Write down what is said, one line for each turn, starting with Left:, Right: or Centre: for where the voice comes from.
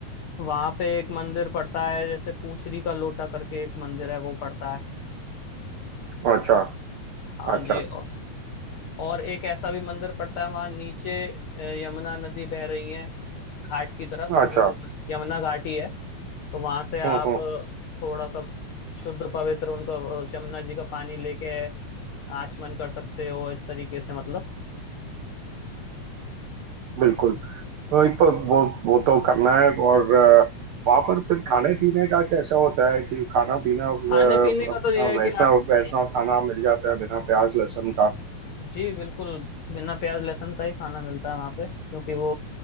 Left: वहां पे एक मंदिर पड़ता है जैसे पूछरी का लोटा करके एक मंदिर है वो पड़ता है
Right: अच्छा
Left: हाँ
Right: अच्छा
Left: जी और एक ऐसा भी मंदिर पड़ता है वहां नीचे अ, यमुना नदी बह रही है घाट की तरफ मतलब
Right: अच्छा
Left: यम- यमुना घाट ही है तो वहां से आप
Right: हम्म हम्म
Left: अ, थोड़ा सा शुद्ध पवित्र उनका अ, यमुना जी का पानी लेके आचमन कर सकते हो इस तरीके से मतलब
Right: बिल्कुल तो एक तो वो वो तो करना है और अ, वहाँ पर फिर खाने पीने का कैसा होता है कि खाना पीना अ,
Left: खाने पीने
Right: अपना
Left: का तो यह है
Right: वैष्णव
Left: कि आप
Right: वैष्णव खाना मिल जाता है बिना प्याज लहसुन का
Left: जी बिल्कुल बिना प्याज लहसुन का ही खाना मिलता है वहां पे क्योंकि वो